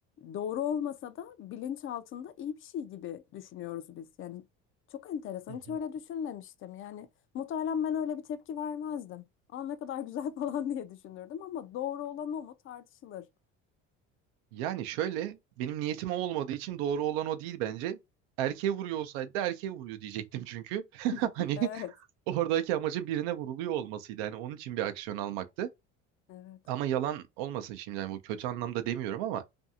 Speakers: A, on the left (about 45°); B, on the right (about 90°).
A: doğru olmasa da bilinç altında iyi bir şey gibi düşünüyoruz biz. Yani çok enteresan.
B: Hı
A: Hiç
B: hı.
A: öyle düşünmemiştim. Yani Muhtemelen ben öyle bir tepki vermezdim. Aa ne kadar güzel <laughs> falan diye düşünürdüm ama doğru olan o mu tartışılır.
B: Yani şöyle benim niyetim o olmadığı için doğru olan o değil bence. Erkeğe vuruyor olsaydı da erkeğe vuruyor diyecektim çünkü. <laughs>
A: <laughs>
B: Hani
A: Evet,
B: oradaki amacın birine vuruluyor olmasıydı. Hani onun için bir aksiyon almaktı.
A: evet.
B: Ama yalan olmasın şimdi yani bu kötü anlamda demiyorum ama